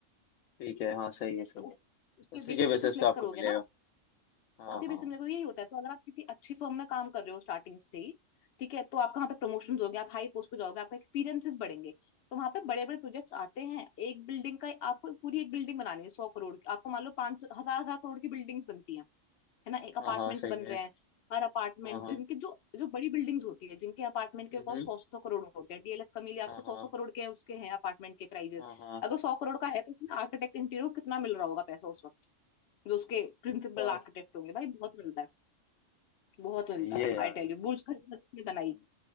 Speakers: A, on the left; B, on the left.
A: ठीक है हाँ सही है सही
B: तो उस-
A: है
B: उसके
A: उसी
B: बेसिस
A: के बेसिस
B: पे तो सिलेक्ट
A: पे आपको
B: करोगे
A: मिलेगा
B: ना
A: हाँ
B: उसके
A: हाँ
B: बेस पे मेरे को यही होता है तो अगर आप किसी अच्छी फर्म में काम कर रहे हो स्टार्टिंग से ही ठीक है तो आपका वहाँ पे प्रमोशन होगे आप हाई पोस्ट पे जाओगे आपका एक्सपीरियंसेस बढ़ेंगे तो वहाँ पे बड़े बड़े प्रोजेक्ट्स आते हैं एक बिल्डिंग का आपको पूरी एक बिल्डिंग बनानी है सौ करोड़ की आपको मान लो पांच हजार हजार करोड़ की बिल्डिंग्स बनती हैं है ना एक अपार्टमेंट्स
A: हाँ हाँ सही
B: बन
A: है
B: रहे हैं हर अपार्टमेंट
A: हाँ हाँ
B: जिनके जो जो बड़ी बिल्डिंग्स होती है जिनके अपार्टमेंट के
A: हम्म
B: कॉस्ट
A: हम्म,
B: सौ सौ करोड़ होते हैं डीएलएफ कमीलिया आपको
A: हाँ
B: सौ
A: हाँ
B: सौ करोड़ के उसके हैं अपार्टमेंट के प्राइजेस
A: हाँ हाँ
B: अगर सौ करोड़ का है तो उसमें आर्किटेक्ट इंटीरियर को कितना मिल रहा होगा पैसा उस वक्त जो उसके प्रिंसिपल
A: काफी
B: आर्किटेक्ट होंगे भाई बहुत मिलता है बहुत मिलता
A: सही
B: है
A: है यार
B: I tell you Burj Khalifa किसने बनाई
A: हम्म